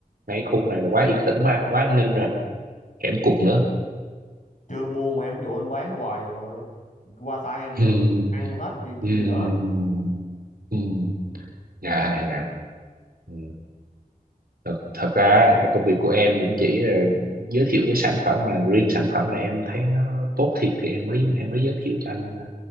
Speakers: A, on the right; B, on the left.
A: ngay khu này là quá yên tĩnh quá quá an ninh rồi hẻm cụt nữa
B: chưa mua mà em dụ anh bán hoài rồi mà qua tay em
A: <laughs>
B: nữa ăn hết thì cái
A: Ừm,
B: gì nữa
A: ừm, dạ dạ Ừ. thật thật ra công việc của em cũng chỉ là giới thiệu cái sản phẩm mà riêng sản phẩm này em thấy nó tốt thiệt thì em mới em mới giới thiệu cho anh ờ,